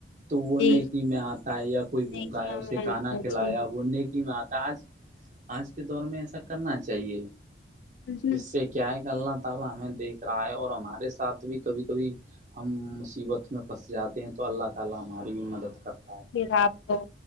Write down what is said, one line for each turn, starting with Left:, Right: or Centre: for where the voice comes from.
Right: تو وہ
Left: جی
Right: نیکی میں آتا ہے یا کوئی بھوکا
Left: نیکیاں
Right: ہے اسے
Left: میں
Right: کھانا کھلایا
Left: جی
Right: وه نیکی میں آتا ہے آج آج کے دور میں ایسا کرنا چاہیے
Left: جی
Right: اس سے کیا ہے کہ اللہ تعالی ہمیں دیکھ رہا ہے اور ہمارے ساتھ بھی کبھی کبھی ہم مصیبت میں پھنس جاتے ہیں تو اللہ تعالی ہماری بھی مدد کرتا ہے
Left: پھر آپ کو